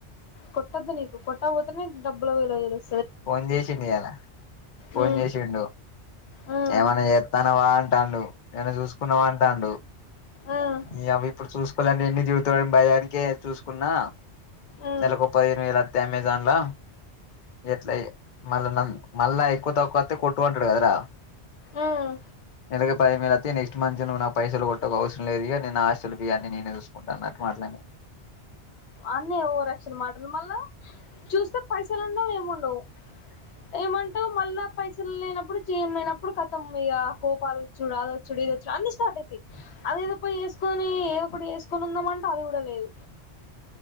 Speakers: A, on the left (about 70°); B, on the left (about 50°).
A: కొట్టద్దు నీకు కొట్టా పోతేనే డబ్బులు విలావ తెలుస్తు
B: ఫోన్ చేసిండు ఇ యాలా ఫోన్
A: మ్మ్
B: చేసిండు
A: మ్మ్
B: ఏమైన్నా చేస్తానవా అంటాండు నన్ను చూసుకున్నావా అంటాడు
A: మ్మ్
B: నియవ్వ ఎపుడు చూస్ అలాంటివన్నీ తిగుతాని భయానికే చూసుకున్నా
A: మ్మ్
B: నెలకో పదిహేను వేలు వత్తయ్ అమెజాన్ లో ఏట్ల ఐ మళ్ళ నాన్ మళ్ళ ఐ కొత్తకుతే కొట్టు అంటారు గదా రా
A: మ్మ్
B: ఎరాగ పైమేలాతే నెక్స్ట్ మధ్యానం నా పైసలు కొట్ట కొస్ లేదు ఇగ నేన్ నా హాస్టల్ ఫేస్ అన్ని నేను చెస్ వద్దు అన్నటు మాట్లాడినా
A: అన్నీ ఓవరాక్షన్ మాటలు మళ్ళా చూస్తే పైసలు ఉన్నావు ఏముండవు ఏమంటవు మళ్ళా పైసలు లేనప్పుడు చేం లేనప్పుడు కతం ఇక కోపాలు వచ్చుడు అదొచ్చడు ఇదొచ్చాడు అన్ని స్టార్ట్ అయితాయి అది ఏదో పో వేసుకొని ఏదోప్పుటి వేసుకొని ఉందామంటే అది కూడా లేదు